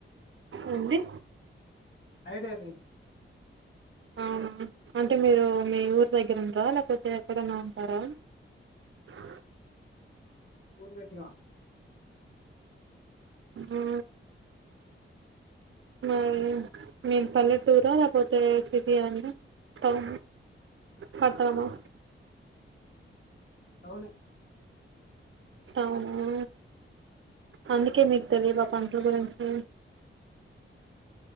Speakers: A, on the right; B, on the left.
A: ఏంది
B: ఐడియా లేదు
A: వు అంటే మీరు మీ ఊరు దగ్గర ఉండరా లేకపోతే ఎక్కడన్నా ఉంటారా అ
B: ఊరు దగ్గర
A: ఉ ఉ మీరు పల్లెటూరా లేపోతే సిటీయాన్ టౌన్ పట్టనమా
B: టౌనే
A: అవును. అందుకే మీకు తెలియవ కంక్లూజన్ గురించి.